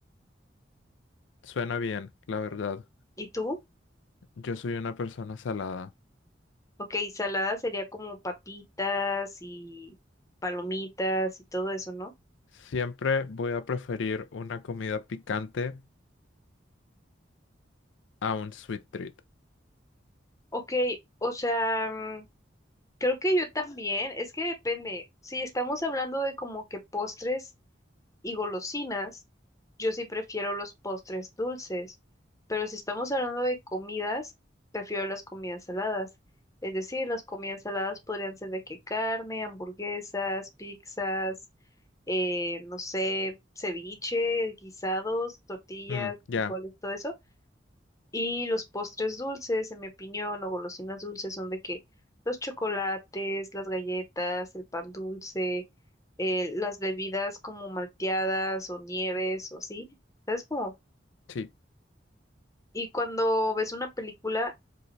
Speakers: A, on the left; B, on the left.
A: suena bien, la verdad.
B: ¿Y tú?
A: Yo soy una persona salada.
B: Ok, salada sería como papitas y palomitas y todo eso, ¿no?
A: Siempre voy a preferir una comida picante a un sweet treat.
B: Ok, o sea, mm, creo que yo también, es que depende. Si estamos hablando de como que postres y golosinas, yo sí prefiero los postres dulces, pero si estamos hablando de comidas, prefiero las comidas saladas. Es decir, las comidas saladas podrían ser de que carne, hamburguesas, pizzas, eh, no sé, ceviche, guisados, tortillas,
A: Mm, ya,
B: frijoles, todo eso. Y los postres dulces, en mi opinión, o golosinas dulces, son de que los chocolates, las galletas, el pan dulce, eh, las bebidas como malteadas o nieves o así, ¿sabes cómo?
A: sí.
B: Y cuando ves una película,